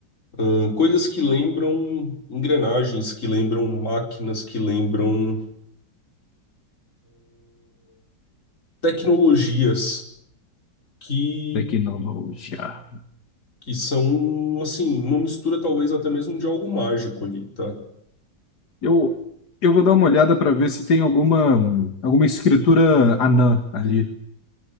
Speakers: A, on the left; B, on the left.
A: Ahn, Coisas que lembram engrenagens, que lembram máquinas, que lembram tecnologias, que,
B: Tecnologia.
A: que são assim, uma mistura talvez até mesmo de algo mágico ali, tá?
B: Eu, eu vou dar uma olhada para ver se tem alguma, alguma escritura anã ali.